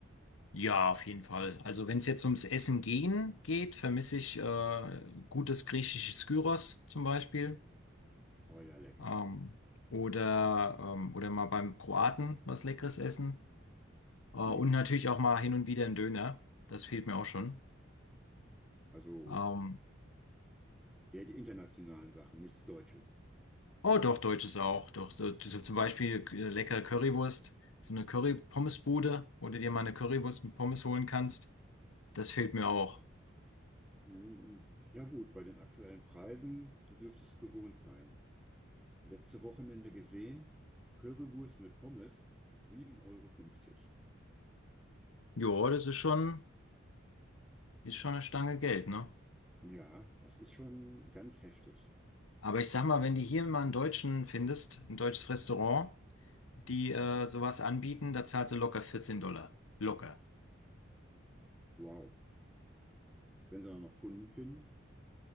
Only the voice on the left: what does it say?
Ja, auf jeden Fall. Also wenn es jetzt ums Essen gehen geht, vermisse ich äh, gutes griechisches Gyros zum Beispiel.
Ähm, oder, ähm, oder mal beim Kroaten was Leckeres essen. Äh, und
natürlich auch mal hin und wieder ein Döner. Das fehlt mir auch schon.
Ähm,
oh,
doch,
deutsches auch. Doch, so, so so zum Beispiel äh, leckere Currywurst, so eine Curry-Pommes-Bude, wo du dir mal eine Currywurst mit Pommes holen kannst. Das fehlt mir auch.
Jo, das ist schon, ist schon eine Stange Geld, ne?
Aber ich sag mal, wenn du hier mal einen Deutschen findest, ein deutsches Restaurant, die äh, sowas anbieten, da zahlst du locker 14 Dollar. Locker.